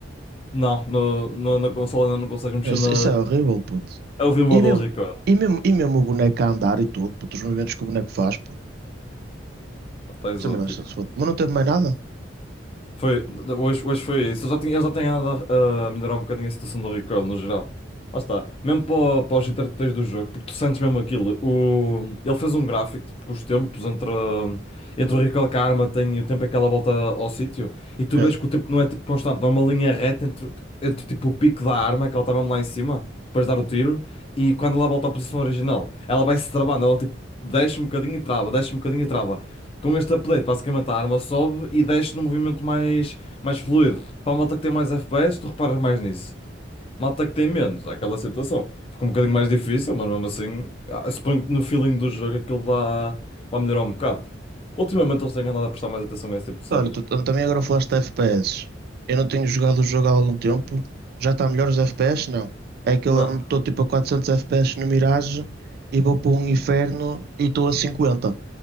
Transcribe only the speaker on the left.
Não, no, no- na consola ainda não consegues mexer
na.
Eu vi o model
recoil,
está exótico.
Foi, hoje, hoje foi isso, eu já tinha, eu já tenho andado a, a melhorar um bocadinho a situação do recoil no geral. Lá está, mesmo para, para os interpretadores do jogo, porque tu sentes mesmo aquilo. O, ele fez um gráfico tipo, com os tempos entre. entre o Recall Karma tem o tempo aquela volta ao sítio e tu
vês que o tempo não é tipo constante, não é uma linha reta entre, entre tipo o pico da arma, que ela estava mesmo lá em cima, depois de dar o tiro, e quando ela volta à posição original, ela vai se travando, ela tipo desce um bocadinho e trava, desce um bocadinho e trava. Com este update, basicamente a arma sobe e desce num movimento mais, mais fluido. Para a malta que tem mais FPS, tu reparas mais nisso. Malta que tem menos, há aquela situação. Ficou um bocadinho mais difícil, mas mesmo assim, ah, suponho que no feeling do jogo aquilo vá, vá melhorar um bocado. Ultimamente eles têm andado a prestar mais atenção a esse tipo de cenas.
Não,